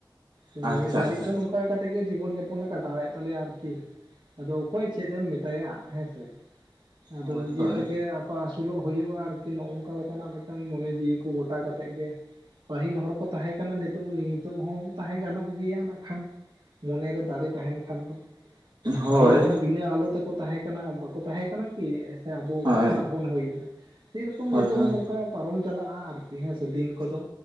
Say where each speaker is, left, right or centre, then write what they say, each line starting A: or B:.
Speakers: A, on the right (about 75°); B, on the right (about 60°).
A: ᱛᱚ ᱱᱤᱭᱟᱹ
B: ᱟᱪᱪᱷᱟ
A: ᱜᱷᱟᱹᱲᱤᱡ
B: ᱟᱪᱪᱷᱟ
A: ᱫᱚ
B: ᱟᱪᱪᱷᱟ
A: ᱱᱚᱝ ᱚᱱᱠᱟ ᱠᱟᱛᱮᱜ ᱜᱮ ᱡᱤᱵᱚᱱ ᱡᱟᱯᱚᱱ ᱞᱮ ᱠᱟᱴᱟᱣᱮᱫ ᱛᱟᱞᱮᱭᱟ ᱟᱨᱠᱤ ᱟᱫᱚ ᱚᱠᱚᱭ ᱪᱮᱫ ᱮᱢ ᱢᱮ ᱛᱟᱭᱟ ᱦᱮᱸᱥᱮ ᱟᱫᱚ
B: ᱦᱳᱭ
A: ᱱᱤᱡᱮ
B: ᱦᱳᱭ
A: ᱛᱮᱜᱮ <unintelligible> ᱟᱹᱥᱩᱞᱚᱜ ᱦᱩᱭᱩᱜᱼᱟ ᱟᱨᱠᱤ ᱱᱚᱜᱼ ᱱᱚᱝᱠᱟ ᱞᱮᱠᱟᱱᱟᱜ ᱢᱤᱫᱴᱟᱝ ᱢᱚᱱᱮ ᱡᱤᱣᱤ ᱠᱚ ᱜᱚᱴᱟ ᱠᱟᱛᱮᱫ ᱜᱮ ᱯᱟᱹᱦᱤᱞ ᱦᱚᱲ ᱠᱚ ᱛᱟᱦᱮᱸ ᱠᱟᱱᱟ ᱱᱤᱛᱚᱜ ᱱᱤᱛᱚᱜ ᱦᱚᱸ ᱛᱟᱦᱮᱸ ᱜᱟᱱᱚᱜ ᱜᱮᱭᱟ ᱱᱟᱜ ᱠᱷᱟᱱ᱾ ᱢᱚᱱᱮ ᱨᱮ ᱫᱬᱲᱮ ᱛᱟᱦᱮᱱ ᱠᱷᱟᱱ ᱫᱚ
B: ᱦᱳᱭ
A: ᱯᱟᱹᱦᱤᱞ ᱦᱚᱲ ᱵᱤᱱᱟᱹ ᱟᱞᱚ ᱛᱮᱠᱚ ᱛᱟᱦᱮᱸ ᱠᱟᱱᱟ ᱵᱟᱠᱚ ᱛᱟᱦᱮᱸ ᱠᱟᱱᱟ ᱠᱤ᱾ ᱥᱮ ᱟᱵᱚ ᱚᱠᱟ
B: ᱦᱳᱭ
A: ᱠᱷᱚᱱᱟᱜ ᱵᱚᱱ ᱦᱩᱭᱱᱟ ᱥᱮᱨᱚᱠᱚᱢ
B: ᱦᱳᱭ
A: ᱱᱤᱛᱚᱜ
B: ᱦᱳᱭ
A: ᱦᱚᱸ ᱱᱚᱝᱠᱟ ᱯᱟᱨᱚᱢ ᱪᱟᱞᱟᱜᱼᱟ ᱟᱨᱠᱤ ᱦᱮᱸ ᱥᱮ ᱫᱤᱱ ᱠᱚᱫᱚ